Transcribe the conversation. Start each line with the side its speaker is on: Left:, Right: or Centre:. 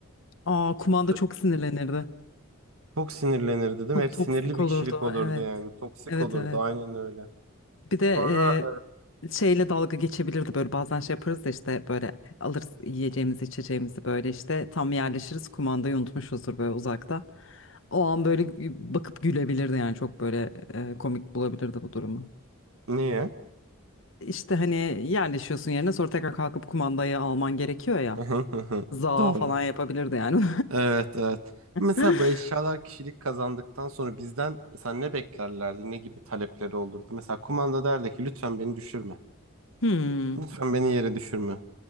Left: Aa kumanda
Right: Sürekli
Left: çok sinirlenirdi.
Right: çok sinirlenir dedim.
Left: Çok
Right: Hep
Left: toksik
Right: sinirli bir
Left: olurdu.
Right: kişilik olurdu
Left: Evet.
Right: yani. Toksik
Left: Evet
Right: olurdu
Left: evet.
Right: aynen öyle.
Left: Bir de
Right: Sonra
Left: şeyle dalga geçebilirdi böyle bazen şey yaparız da işte böyle alırız yiyeceğimizi içeceğimizi böyle işte tam yerleşiriz kumandayı unutmuşuzdur böyle uzakta. O an böyle gü- bakıp gülebilirdi yani çok böyle e, komik bulabilirdi bu durumu.
Right: e, niye?
Left: İşte hani yerleşiyorsun yerine sonra tekrar kalkıp kumandayı alman gerekiyor ya.
Right: <laughs>
Left: Za
Right: Doğru.
Left: falan yapabilirdi yani.
Right: Evet evet. Mesela
Left: <laughs>
Right: bu eşyalar kişilik kazandıktan sonra bizden mesela ne beklerlerdi? Ne gibi talepleri olurdu? Mesela kumanda derdi ki lütfen beni düşürme.
Left: Hmm.
Right: Lütfen beni yere düşürme.